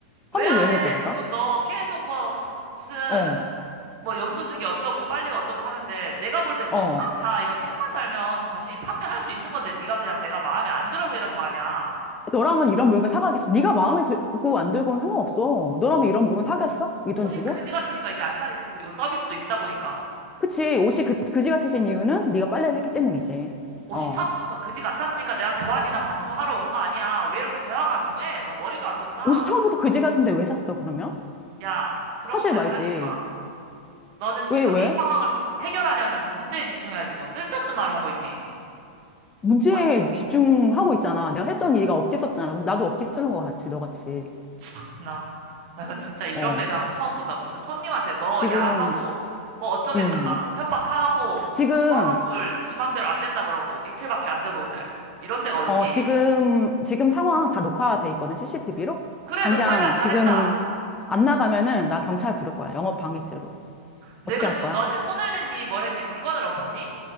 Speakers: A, on the left; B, on the right.
A: 환불
B: 왜 안
A: 왜
B: 해?
A: 해줘, 내가?
B: 지금 너 계속 뭐, 무슨,
A: 어,
B: 뭐, 영수증이 어쩌고, 빨래가 어쩌고 하는데, 내가 볼 땐
A: 어.
B: 똑같아. 이거 택만 달면 다시 판매할 수 있는 건데, 네가 그냥 내가 마음에 안 들어서 이러는 거 아니야.
A: 너라면 이런 물건 사가겠어. 네가 마음에 들고 안 들고는 상관없어. 너라면 이런 물건 사겠어? 이 돈
B: 옷이
A: 주고?
B: 그지 같으니까 이제 안 사겠지. 그리고 서비스도 있다고니까.
A: 그치. 옷이 그, 그지 같아진 이유는 네가 빨래를 했기 때문이지.
B: 옷이
A: 어.
B: 처음부터 그지 같았으니까 내가 교환이나 반품을 하러 온 거 아니야. 왜 이렇게 대화가 안 통해? 너 머리도 안 좋구나.
A: 옷이 처음부터 그지 같은데 왜 샀어, 그러면?
B: 야, 그런
A: 사지
B: 것까지
A: 말지.
B: 따지지 마. 너는 지금
A: 왜, 왜?
B: 이 상황을 해결하려는 문제에 집중해야지 뭐 쓸데없는 말을 하고 있니?
A: 문제에
B: 어린 놈이.
A: 집중하고 있잖아. 내가 했던 일이 억지 썼잖아. 그래서 나도 억지 쓰는 거 같이, 너같이.
B: 참나. 나 진짜 이런
A: 어.
B: 매장은 처음 본다. 무슨 손님한테 너,
A: 지금,
B: 야 하고 뭐 어쩌겠다
A: 음.
B: 협박하고
A: 지금,
B: 보안환불 지 맘대로 안 된다 그러고 이틀밖에 안 된 옷을 이런 데가 어딨니?
A: 어, 지금, 지금 상황 다 녹화돼 있거든, CCTV로?
B: 그래
A: 당장
B: 녹화해라 잘했다.
A: 지금 안 나가면은 나 경찰 부를 거야. 영업 방해죄로.
B: 내가
A: 어떻게 할
B: 지금
A: 거야?
B: 너한테 손을 댔니 뭘 했니 물건을 엎었니?